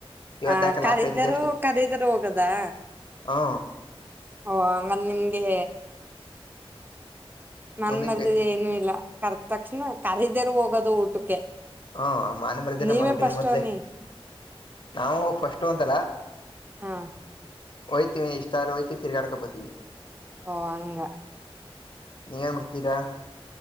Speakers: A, on the left; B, on the right.
A: ಇವತ್ತು
B: ಹ
A: ಯಾಕೆ
B: ಕಖರೀದರು
A: ಲಾಸ್ಟ್ ಹೋಯ್ತಿದೀವಿ ಅಷ್ಟೇ
B: ಕಖರೀದರು ಹೋಗದಾ
A: ಹಾ
B: ಓ ಹಂಗನ್ ನಿಮ್ಗೆ ಮನ್
A: ಮುಂದಕ್ಕೆ
B: ಮರ್ದ ಏನು ಇಲ್ಲ ಕರ್ತ ತಕ್ಷಣ ಕರದರು ಹೋಗೋದು ಊಟಕ್ಕೆ
A: ಹಾ ಮಾನೆ ಮರದೇಲ್ಲ
B: ನೀವೇ
A: ಮರ ಟಿ
B: ಫಸ್ಟ್
A: ಮೊದ್ಲೆ
B: ಅನ್ನಿ
A: ನಾವು ಫಸ್ಟ್ ಅಂತಲ್ಲ
B: ಹಾ
A: ಹಯ್ತತಿವಿ ಇಷ್ಟಾರ ಹಯ್ತಿ ತಿರ್ಗಾಡಕ ಬೋತೀವಿ
B: ಓ ಅಂಗ
A: ನೀವ ಏನ್ ಮಾಡರ್ತೀರಾ